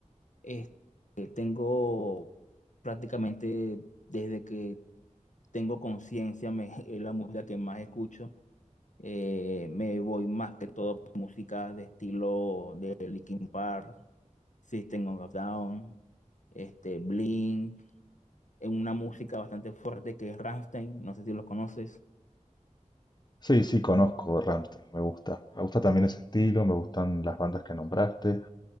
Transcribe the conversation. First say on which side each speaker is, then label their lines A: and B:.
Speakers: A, on the left (about 70°); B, on the left (about 35°).
A: Este, tengo prácticamente desde que tengo conciencia, me- <laughs> es la música que más escucho. Eh, me voy más que todo por música de estilo de Linkin Park, System of a Down, este, Blink. Es una música bastante fuerte que es Rammstein. No sé si los conoces.
B: Sí, sí, conozco Rammstein, me gusta. Me gusta también ese estilo, me gustan las bandas que nombraste.